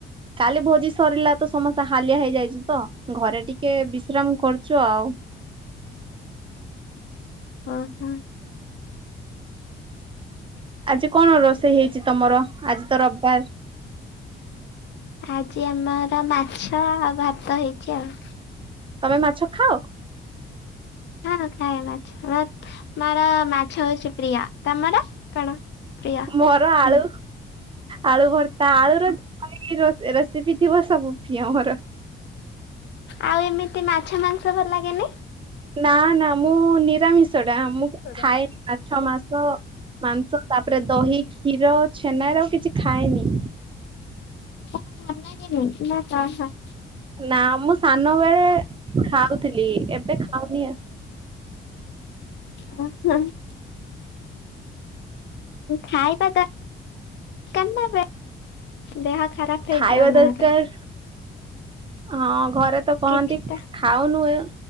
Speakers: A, on the right; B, on the left.
A: କାଲି ଭୋଜି ସରିଲା ତ ସମସ୍ତେ ହାଲିଆ ହେଇଯାଇଛୁ ତ ଘରେ ଟିକେ ବିଶ୍ରାମ କରୁଛୁ ଆଉ।
B: ଓ ହୋଁ।
A: ଆଜି କଣ ରୋଷେଇ ହେଇଛି ତମର ଆଜି ତ ରବିବାର?
B: ଆଜି ଆମର ମାଛ ଆଉ ଭାତ ହେଇଛି ଆଉ।
A: ତମେ ମାଛ ଖାଅ?
B: ହଁ ଖାଏ ମାଛ ର ମୋର ମାଛ ହଉଛି ପ୍ରିୟ ତମର କଣ ପ୍ରିୟ?
A: ମୋର ଆଳୁ ଆଳୁ ଭରତା ଆଳୁ ର ରସ ରେସିପି ଥିବ ସବୁ ଫିଅ ମୋର।
B: ଆଉ ଏମିତି ମାଛ ମାଂସ ଭଲ ଲାଗେନି?
A: ନା ନା ମୁଁ ନିରାମିଷ ଟା ମୁଁ
B: ଭଲ
A: ଖାଏ ଆଛା ମାସ ମାଂସ ତାପରେ ଦହି କ୍ଷୀର ଛେନାର ମୁଁ କିଛି ଖାଏନି।
B: କ ଭଲ ଲାଗ ନି ନା କ <unintelligible>
A: ନା ମୁଁ ସାନ ବେଳେ ଖାଉଥିଲି ଏବେ ଖାଉନି ଆ।
B: ହ ହ <unintelligible> ଖାଇବା ଦ <unintelligible> ଦେହ ଖରାପ ହେଇଯିବ
A: ଖାଇବା
B: ନ
A: ଦରକାର
B: ହେଲେ?
A: ହଁ ଘରେ ତ କହନ୍ତି
B: କିଛି ତ
A: ଖାଉନୁଉ